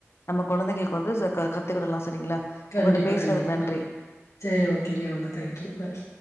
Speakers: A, on the left; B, on the left.
A: நம்ம குழந்தைகளுக்கு வந்து ச கத்துகடலா சரிங்களா
B: கண்டிப்பா
A: உங்கட்ட பேசுனதுக்கு
B: கண்டிப்பா
A: நன்றி
B: செரி ஓகேங்க ரொம்ப தேங்க்யூ பாய்